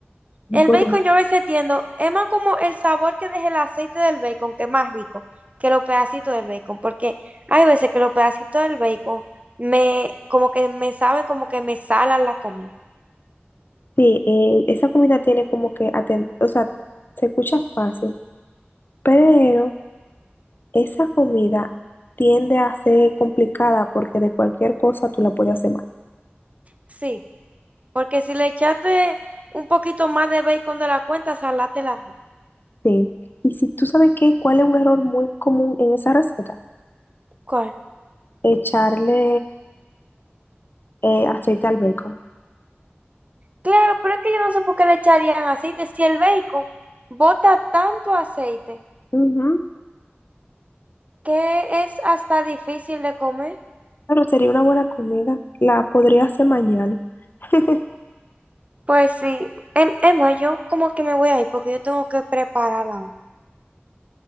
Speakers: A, on the left; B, on the right.
A: no
B: El
A: puedo.
B: bacon
A: más".
B: yo a veces tiendo, es más como el sabor que deja el aceite del bacon, que es más rico que los pedacitos del bacon, porque hay veces que los pedacitos del bacon me, como que me saben, como que me salan la comida.
A: Sí, eh, esa comida tiene como que, aten- o sea, se escucha fácil, pero esa comida tiende a ser complicada porque de cualquier cosa tú la puedes hacer mal.
B: Sí, porque si le echaste un poquito más de bacon de la cuenta, salate la
A: Sí. Y si tú sabes qué, cuál es un error muy común en esa receta,
B: ¿Cuál?
A: echarle eh, aceite al bacon.
B: Claro, pero es que yo no sé por qué le echarían aceite si el bacon bota tanto aceite
A: Ujú.
B: que es hasta difícil de comer.
A: Claro, sería una buena comida. La podría hacer mañana. <laughs>
B: Pues sí, Em- Emma, yo como que me voy a ir porque yo tengo que preparar la U.